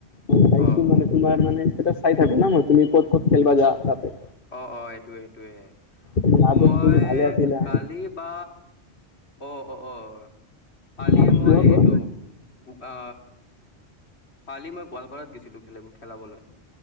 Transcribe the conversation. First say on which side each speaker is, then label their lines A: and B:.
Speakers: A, on the left (about 55°); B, on the left (about 75°).
A: চাইছো
B: অ',
A: মানে তোমাৰ মানে ষ্টেটাছ চাই থাকো না মই তুমি ক'ত ক'ত খেলবা জোৱা যা তাতে
B: অ', অ', এইটোয়ে এইটোয়ে
A: উম, আগত
B: মই
A: তুমি ভালে আছিলা।
B: কালি বা অ', অ', অ', কালিয়ে
A: অ,
B: মই
A: কোৱা কোৱা।
B: এইটো আ কালি মই গোৱালপাৰাত গেছিলো, খেলাব খেলাবলৈ